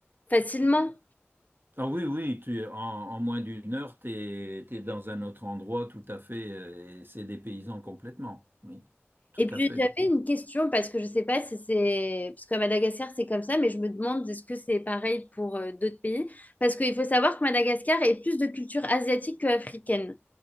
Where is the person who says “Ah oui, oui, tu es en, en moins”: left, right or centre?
Right